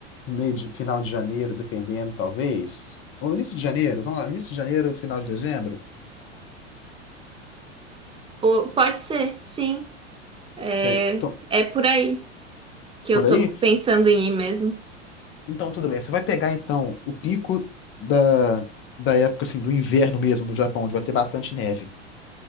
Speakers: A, on the left (about 35°); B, on the right (about 15°).
A: meio de, final de janeiro, dependendo, talvez. Ou início de janeiro, vamos lá, início de janeiro, final de dezembro.
B: Po- pode ser, sim. É,
A: Você, então,
B: é por aí que
A: por
B: eu tô
A: aí?
B: pensando em ir mesmo.
A: Então, tudo bem. Você vai pegar, então, o pico da, da época, assim, do inverno mesmo do Japão, onde vai ter bastante neve.